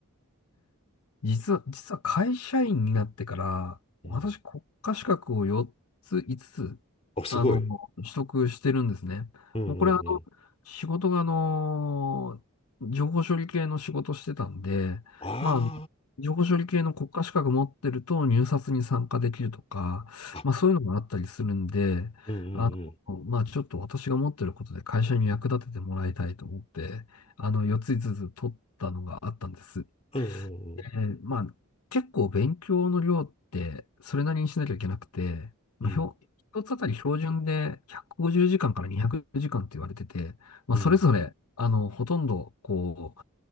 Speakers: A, on the left (about 80°); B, on the left (about 30°).
A: 実は、実は会社員になってから、
B: うん。
A: 私国家資格を4つ、5つつ、
B: あ、すごい。
A: あの、取得してるんですね。
B: うんうんうん。
A: もうこれあの、仕事があの、情報処理系の仕事してたんで、
B: あ
A: まあ、情報処理系の国家資格持ってると入札に参加できるとか、
B: あ、あ、
A: まあそういうのがあったりするんで、
B: うんうんうん。
A: あの、まあちょっと私が持ってることで会社に役立ててもらいたいと思って、あの、4つ5つつ取ったのがあったんです。
B: うんうん
A: えーまあ、結構勉強の量ってそれなりにしなきゃいけなくて、まあ、
B: うん。うん。
A: ひょ一つあたり標準で150時間かんから200時間って言われてて、まあ、
B: うん
A: それぞれ、あの、ほとんど、こ